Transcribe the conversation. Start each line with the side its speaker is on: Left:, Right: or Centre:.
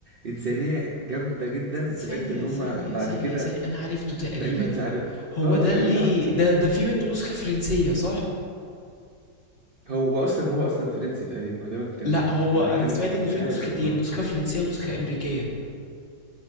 Right: إنسانية جامدة جدا لدرجة
Left: ثانية
Right: ان هما
Left: ثانية
Right: بعد
Left: ثانية
Right: كده
Left: ثانية أنا عرفته تقريبا
Right: انت اكيد عارف
Left: هو
Right: اه
Left: ده
Right: انت
Left: اللي
Right: اكيد عارفه
Left: ده ده في منه نسخة فرنسية صح؟
Right: هو اصلا هو اصلا فرنسي تقريبا هو تقريبا كان
Left: لا هو
Right: كان
Left: أنا
Right: بيتكلم
Left: سمعت
Right: فرنسي
Left: إن
Right: مش
Left: في
Right: عارف
Left: نسختين
Right: والله
Left: نسخة فرنسية ونسخة أمريكية